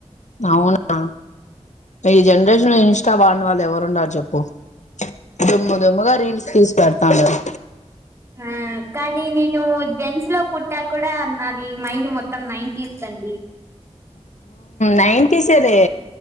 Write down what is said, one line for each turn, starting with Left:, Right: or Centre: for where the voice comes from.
Left: అవున ఈ జనరేషన్లో ఇ ష్టా వున్న వాళ్ళు ఎవరున్నారు చెప్పు దుమ్ము దుమ్ముగా రీల్స్ తీ పెడతాండారు
Right: ఆ కానీ నేను జెంట్స్ లో పుట్టా కూడా నాది మైండ్ మొత్తం నైన్టీస్ దండి
Left: నైన్టీసెలే